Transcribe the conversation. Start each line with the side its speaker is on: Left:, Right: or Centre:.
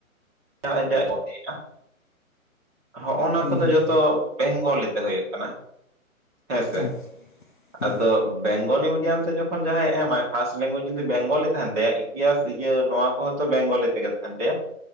Right: ᱡᱟᱦᱟᱸ ᱟᱡ ᱚᱞ ᱮᱜᱼᱟ ᱦᱚᱜᱼᱚᱱᱟ
Left: ᱦᱩᱸ
Right: ᱠᱚᱫᱚ
Left: ᱦᱩᱸ
Right: ᱡᱚᱛᱚ ᱵᱮᱝᱜᱚᱞᱤ ᱛᱮ ᱦᱳᱭᱳᱜ ᱠᱟᱱᱟ ᱦᱮᱸ ᱥᱮ
Left: ᱟᱪᱪᱷᱟ
Right: ᱾
Left: ᱦᱩᱸ
Right: ᱟᱫᱚ ᱵᱮᱝᱜᱚᱞᱤ ᱢᱤᱰᱤᱭᱟᱢ ᱛᱮ ᱡᱚᱠᱷᱚᱱ ᱡᱟᱦᱟᱸᱭ ᱮᱢᱟᱭ ᱯᱷᱟᱥᱴ ᱞᱮᱝᱜᱩᱭᱡᱽ ᱡᱩᱫᱤ ᱵᱮᱝᱜᱚᱞᱤ ᱛᱟᱦᱮᱱ ᱛᱟᱭᱟ, ᱤᱛᱤᱦᱟᱥ ᱤᱭᱟᱹ ᱱᱚᱣᱟ ᱠᱚᱦᱚᱸ ᱛᱚ ᱵᱮᱝᱜᱚᱞᱤ ᱛᱮᱜᱮ ᱛᱟᱦᱮᱱ ᱛᱟᱭᱟ ᱾